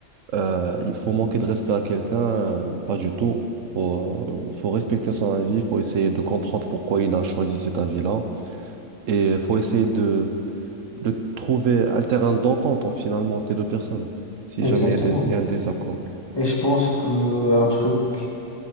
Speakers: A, on the right (about 75°); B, on the left (about 20°).
A: Euh, il faut manquer de respect à quelqu'un, euh, pas du tout. Faut, euh, faut respecter son avis, faut essayer de comprendre pourquoi il a choisi cet avis-là. Et faut essayer de, de trouver un terrain d'entente, en, finalement, entre les deux personnes, si
B: Exactement.
A: jamais il y a des- il y a un désaccord.
B: Et je pense que un truc